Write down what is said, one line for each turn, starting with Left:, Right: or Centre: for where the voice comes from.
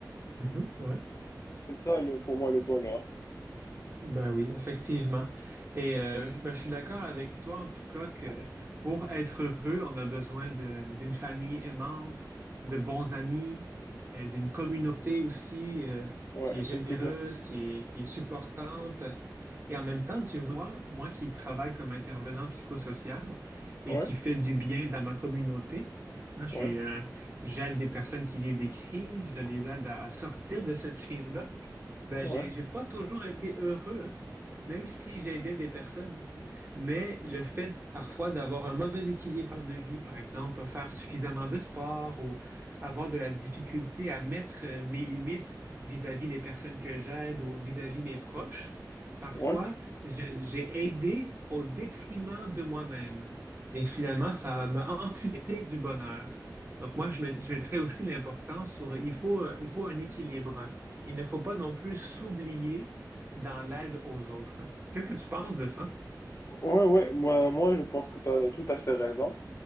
Right: Mhm. Ouais.
Left: c'est ça le, pour moi le bonheur
Right: Ben oui, effectivement. Et euh, je ben, je suis d'accord avec toi, en tout cas, que pour être heureux, on a besoin de- d'une famille aimante, de bons amis, euh, d'une communauté aussi euh,
Left: ouais
Right: qui
Left: effectivement
Right: est généreuse, qui est, qui est supportante. Et en même temps, tu vois, moi qui travaille comme intervenant psychosocial et
Left: ouais
Right: qui fait du bien dans ma communauté, hein, je
Left: Ouais,
Right: suis, euh, j'aide des personnes qui vivent des crises, je les aide à, à sortir de cette crise-là. Ben,
Left: ouais,
Right: j'ai, j'ai pas toujours été heureux, hein, même si j'aidais des personnes. Mais le fait parfois d'avoir un mauvais équilibre de vie, par exemple, pas faire suffisamment de sport ou avoir de la difficulté à mettre euh, mes limites vis-à-vis des personnes que j'aide ou vis-à-vis mes proches, parfois
Left: ouais,
Right: je- j'ai aidé au détriment de moi-même. Et finalement, ça m'a amputé du bonheur. Donc moi, je met- je mettrais aussi l'importance sur il faut, euh, il faut un équilibre il ne faut pas non plus s'oublier dans l'aide aux autres. Qu'est-ce que tu penses de ça?
Left: ouais, ouais. Moi, moi, je pense que tu as tout à fait raison.